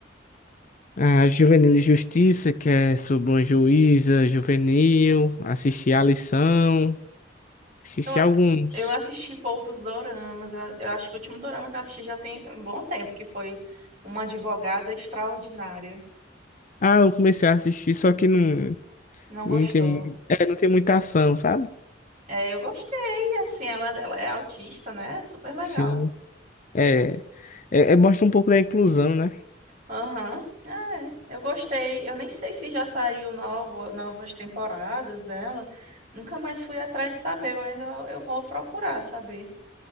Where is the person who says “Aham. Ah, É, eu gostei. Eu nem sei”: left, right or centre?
Right